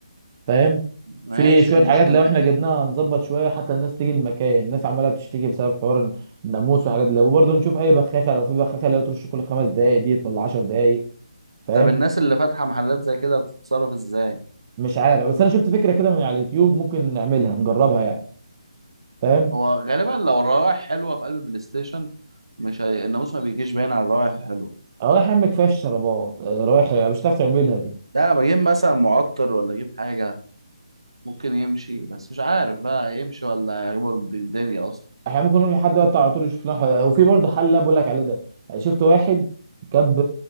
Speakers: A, on the right; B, on the right.
A: فاهم
B: ماشي
A: في شويه
B: إيه المشكلة
A: حاجات لو احنا جبناها نظبط شويه حتى الناس تيجي المكان الناس عماله بتشتكي بسبب حوار الناموس والحاجات دي وبرضه نشوف اي بخاخه لو في بخاخه لو ترش كل خمس دقائق دي ولا 10 دقائق فاهم
B: طب الناس اللي فاتحة محلات زي كده بتتصرف ازاي
A: مش عارف بس انا شفت فكره كده من على اليوتيوب ممكن نعملها نجربها يعني فاهم
B: هو غالبا لو الروائح حلوة في قلب البلاي ستيشن مش هي... الناموس ما بيجيش باين على الروائح الحلوة
A: اه يا عم كفايه الشرابات آه، رايح مش هتعرف تعملها دي
B: ده انا بجيب مثلا معطر ولا اجيب حاجة ممكن يمشي بس مش عارف بقى يمشي ولا يعجبه الدنيا اصلا
A: احنا ممكن نروح لحد بقى بتاع على طول يشوف لنا حل... وفي برضه حل اللي انا بقول لك عليه ده شفت واحد جاب